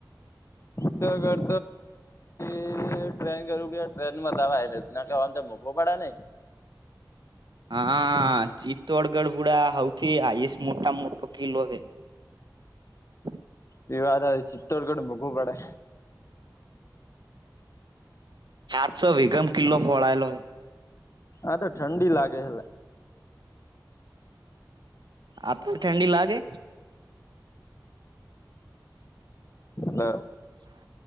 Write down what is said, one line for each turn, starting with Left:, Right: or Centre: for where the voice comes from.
Left: ત કરતાછી <unintelligible> એ ટ્રેન કરું પડ ટ્રેનમાં દવા એલે ના કવામ તો મોકો પડે નહ
Right: હા ચિત્તોડગઢ ભુડા સૌથી આયસ મોટા મોટો કિલ્લો છે <inaudible>
Left: વિવાદ ચિત્તોડગઢ મકવું પડે
Right: આજો વેગમ કિલ્લો ફળાયેલો
Left: આ તો ઠંડી લાગે એલા
Right: આ ઠંડી લાગે
Left: હ <inaudible>